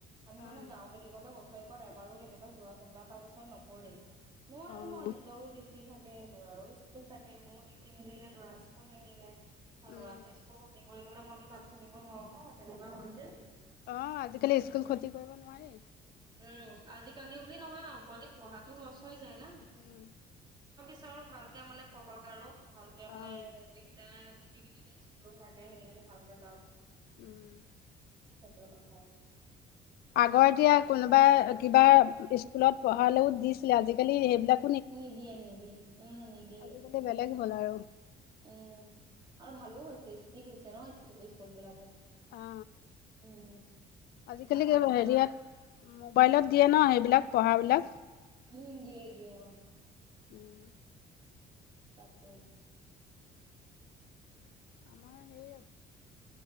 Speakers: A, on the right; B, on the left.
A: আমি
B: অ',
A: মানে যাওঁ বুলি ক'লে বছৰ কত এবাৰো কেতিয়াবা যোৱা কোনোবা এটা বছৰত নপৰেই নোৱাৰো
B: অ',
A: ন নিজৰোউ? থাকে ল'ৰো স্কুল থাকে মোৰ ডিউটি মিলিলে ল'ৰা স্কুল নিমিলে?
B: উম,
A: ল'ৰাটো স্কুল খতি কৰিবলে মইতো তাত থাকিব নোৱাৰো ন তেনেকুৱা হয় যে।
B: আহ আজিকালি স্কুল ক্ষতি কৰিব নোৱাৰি
A: উম' আজিকালি বুলি নহয় আৰু পঢ়াতো লচ হৈ যায় না।
B: উম,
A: তাও ভালকে মানে পহক আৰু ভালকে মানে
B: অ',
A: যিকিটাৰে থাকে সেইখিনি ভালকে যাওক।
B: উম।
A: সেইটো কথা
B: আগৰ এতিয়া কোনোবা কিবা স্কুলত পঢ়ালেও দিছিলে আজিকালি সেইবিলাক?
A: নিদিয়ে নিদিয়ে উম নিদিয়ে
B: আজিকালি বেলেগ হ'ল আৰু
A: উম আৰু ভালো হৈছে ষ্টিক হৈছে ন ইষ্টো স্কুল বিলাকত
B: অ
A: উম
B: আজিকালি
A: আগৰ
B: হেৰিয়াত
A: নিচিনা
B: মোবাইলত দিয়ে ন সেইবিলাক পঢ়া বিলাক
A: উম দিয়ে দিয়ে উম।
B: উম
A: তাকে
B: আমাৰ
A: <inaudible>
B: সেই